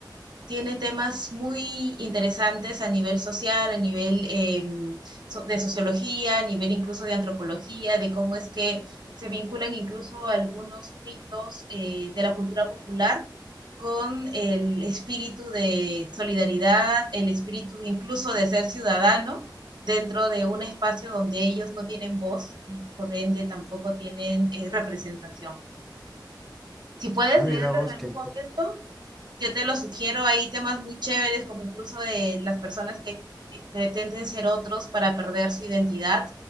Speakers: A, on the right; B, in the centre.
A: tiene temas muy interesantes a nivel social, a nivel eh, so- de sociología, a nivel incluso de antropología, de cómo es que se vinculan incluso algunos ritos eh, de la cultura popular con el espíritu de solidaridad, el espíritu incluso de ser ciudadano dentro de un espacio donde ellos no tienen voz y por ende tampoco tienen eh, representación. Si puedes
B: Ah, mira
A: leerlo
B: vos,
A: en algún
B: qué...
A: momento, yo te lo sugiero, hay temas muy chéveres, como incluso de las personas que eh, pretenden ser otros para perder su identidad,